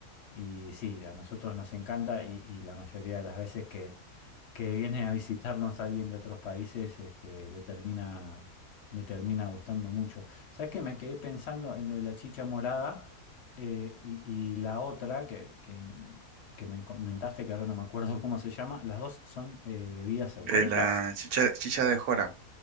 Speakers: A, on the left (about 55°); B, on the right (about 75°).
A: Y sí, a nosotros nos encanta y, y la mayoría de las veces que, que viene a visitarnos alguien de otros países, este, le termina, le termina gustando mucho. ¿Sabes qué? Me quedé pensando en lo de la chicha morada eh, y, y la otra que, que, que me comentaste, que ahora no me acuerdo cómo se llama, las dos son eh, bebidas alcohólicas,
B: Eh, la chicha, chicha de jora.